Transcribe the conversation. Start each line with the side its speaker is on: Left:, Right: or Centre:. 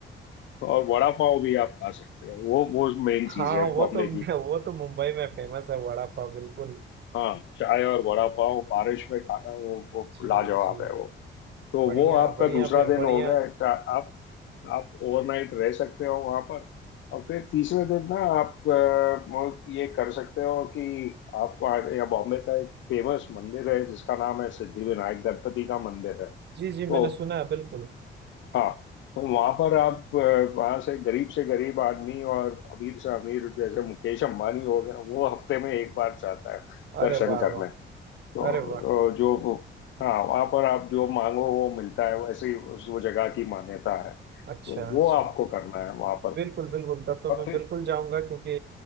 Left: और वड़ा पाव भी आप खा सकते हो वो वो मेन
Right: हाँ
Left: चीज है
Right: वो
Left: बॉम्बे
Right: तो
Left: की।
Right: वो तो मुंबई में फेमस है वड़ा पाव बिल्कुल
Left: हाँ चाय और वड़ा पाव बारिश में खाना वो वो
Right: जी
Left: लाजवाब
Right: जी
Left: है वो तो
Right: बढ़िया
Left: वो आपका
Right: बढ़िया
Left: दूसरा
Right: फिर
Left: दिन
Right: बढ़िया
Left: हो गया चा- आप आप ओवरनाइट रह सकते हो वहां पर और फिर तीसरे दिन ना आप अ, वो ये कर सकते हो कि आप वहाँ- या बॉम्बे का एक फेमस मंदिर है जिसका नाम है सिद्धि विनायक गणपति का मंदिर है
Right: जी
Left: तो
Right: जी मैंने सुना है बिल्कुल
Left: हाँ तो वहां पर आप अ, वहां से गरीब से गरीब आदमी और अमीर से अमीर जैसे मुकेश अंबानी हो गया वो हफ्ते में एक बार जाता है
Right: अरे
Left: दर्शन
Right: वाह
Left: करने
Right: वाह
Left: तो
Right: अरे वाह
Left: अ, जो वो- हाँ वहां पर आप जो मांगो वो मिलता है वैसे ही उस वो जगह की मान्यता है तो
Right: अच्छा
Left: वो
Right: अच्छा
Left: आपको करना है वहां पर
Right: बिल्कुल बिल्कुल तब तो
Left: और
Right: मैं
Left: फिर
Right: बिल्कुल जाऊंगा क्योंकि